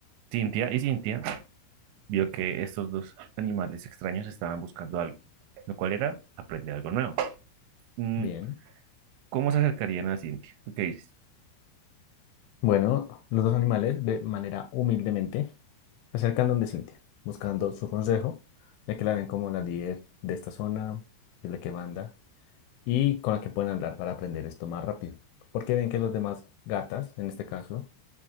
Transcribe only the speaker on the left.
Bien.
Bueno, los dos animales, de manera humildemente, se acercan donde Cintia, buscando su consejo, ya que la ven como la líder de esta zona, es la que manda, y con la que pueden hablar para aprender esto más rápido. Porque ven que los demás gatas, en este caso,